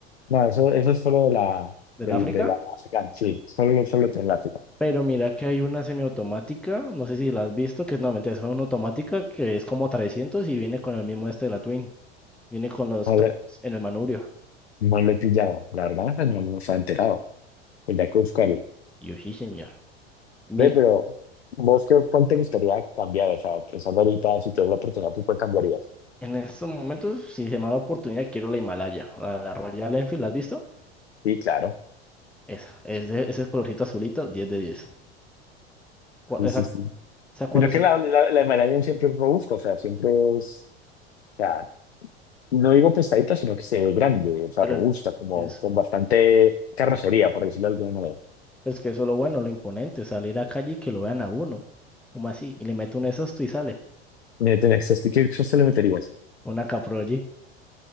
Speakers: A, on the left (about 80°); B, in the centre.
A: No, eso, eso es solo de la,
B: del
A: del
B: África?
A: de la África, sí, solo, solo tiene la África.
B: Pero mira que hay una semiautomática, no sé si la has visto, que es, no, mentira, es una automática que es como 300 y viene con el mismo este de la Twin. Viene con los
A: No
B: cambios
A: le,
B: en el manubrio.
A: no le he pillado, la verdad, esa no nos ha enterado. Tendría
B: Y
A: que buscarlo.
B: y yo sí, señor. Mi
A: Ve, pero vos, qué, ¿cuál te gustaría cambiar? O sea, pensando ahorita, si tuvieras la oportunidad, ¿tú cuál cambiarías?
B: En estos momentos, si se me da la oportunidad, quiero la Himalaya, la, la Royal Enfield, ¿la has visto?
A: Sí, claro.
B: Esa, es de ese colorcito azulito, 10 de 10. Cu-
A: Sí,
B: Esa,
A: sí, sí.
B: esa 450,
A: Sino que la, la, la de Malasia siempre es robusta, o sea, siempre es, o sea, no digo pesadita, sino que se ve grande, o sea,
B: pero
A: robusta,
B: es,
A: como
B: es
A: con bastante carrocería, por decirlo de alguna manera.
B: es que eso es lo bueno, lo imponente, salir a calle y que lo vean a uno, como así, y le meto un esos y sale,
A: Mira, tenés, este, ¿qué qué se le meterías?
B: una Caproject,